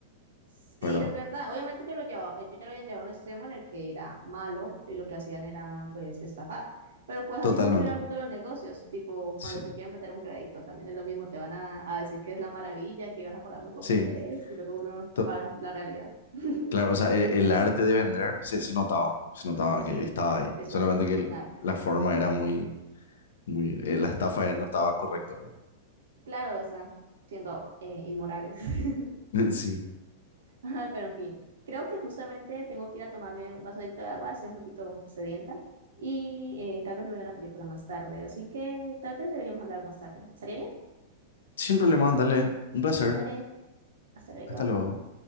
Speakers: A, on the right (about 85°); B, on the left (about 80°).
A: Sí,
B: <laughs> ¿verdad?
A: es verdad. Obviamente yo lo llevaba, ellos ya lo habían llevado a un extremo en el que era malo y lo que hacían era pues estafar. Pero pues
B: Totalmente.
A: así funciona el mundo de los negocios. Tipo,
B: Sí.
A: cuando te quieren vender un crédito también es lo mismo. Te van a, a decir que es la maravilla, que vas a pagar muy poco
B: Sí.
A: interés y luego uno
B: To-
A: va a la realidad. <laughs>
B: claro, o sea, e- el, arte de vender se, se notaba. Se notaba
A: Sí,
B: que estaba ahí.
A: eso
B: Solamente que
A: es
B: el-
A: un arte.
B: la forma era muy Muy, eh, la estafa no estaba correcta,
A: Claro, están siendo eh, inmorales. <laughs>
B: ¿no? <laughs> Sí.
A: <laughs> Ajá, pero en fin, creo que justamente tengo que ir a tomarme un vasodito de agua, estoy un poquito sedienta y eh, tal vez me vea una película más tarde, así que tal vez deberíamos hablar más tarde. ¿Estaría bien?
B: Sin problemas, dale. Un placer.
A: Dale, Perfecto. hasta luego.
B: Hasta luego.